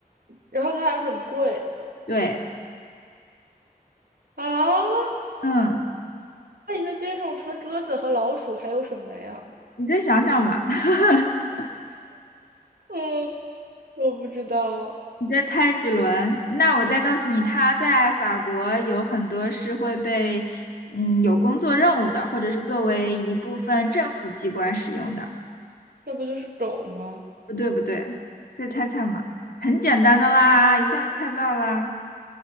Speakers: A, on the right; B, on the left.
A: 然后它还很贵
B: 对，
A: 啊。
B: 嗯，
A: 那你在街上除了鸽子和老鼠还有什么呀？
B: 你再想想吧，<laughs>
A: 嗯，我不知道，
B: 你再猜几轮，那我再告诉你，它在法国有很多是会被，嗯，有工作任务的，或者是作为一部分政府机关使用的。
A: 那不就是狗吗？
B: 不对，不对，再猜猜嘛，很简单的啦，一下就猜到啦。